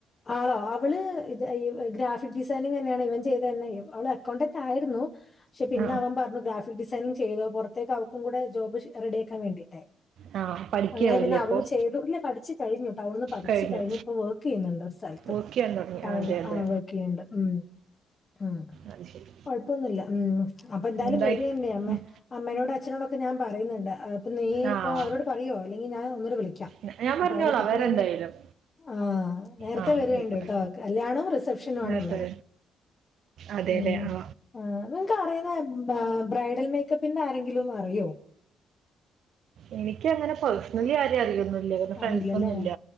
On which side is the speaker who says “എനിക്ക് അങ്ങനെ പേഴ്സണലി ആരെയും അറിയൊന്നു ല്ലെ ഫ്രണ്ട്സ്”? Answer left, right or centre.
Right